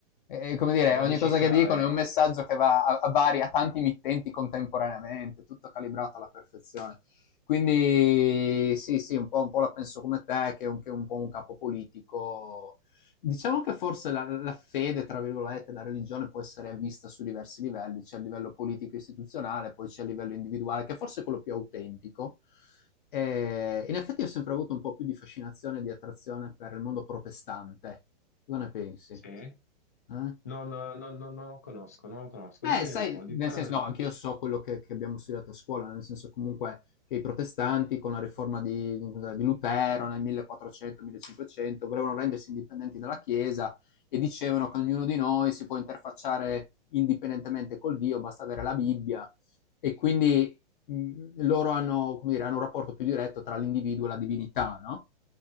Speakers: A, on the left; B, on the left.
A: E, come dire,
B: da
A: ogni
B: decifrare.
A: cosa che dicono è un messaggio che va a, a vari, a tanti mittenti contemporaneamente, tutto calibrato alla perfezione. Quindi sì, sì, un po', un po' la penso come te, che è un, che è un po' un capo politico. Diciamo che forse la, la fede, tra virgolette, la religione può essere vista su diversi livelli, c'è a livello politico istituzionale, poi c'è a livello individuale, che forse è quello più autentico. E in effetti ho sempre avuto un po' più di fascinazione e di attrazione per il mondo protestante, Cosa ne pensi?
B: Sì?
A: Eh?
B: Non, non, non- non lo conosco, non lo conosco.
A: Beh,
B: Dimmene
A: sai,
B: un po', di
A: nel
B: parlamene
A: senso, no,
B: un po'.
A: anche io so quello che, che abbiamo studiato a scuola, nel senso comunque che i protestanti con la riforma di, di cos'era, di Lutero nel 1400-1500 volevano rendersi indipendenti dalla Chiesa e dicevano che ognuno di noi si può interfacciare indipendentemente col Dio, basta avere la Bibbia e quindi mh, loro hanno, come dire, hanno un rapporto più diretto tra l'individuo e la divinità, no?